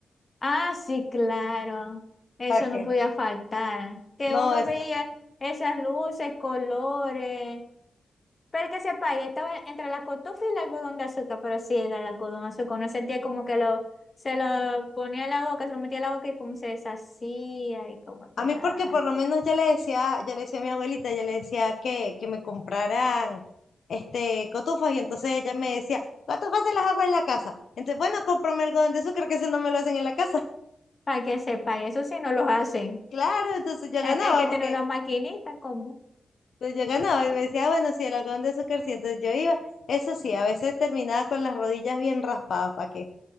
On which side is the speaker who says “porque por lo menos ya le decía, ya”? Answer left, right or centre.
Left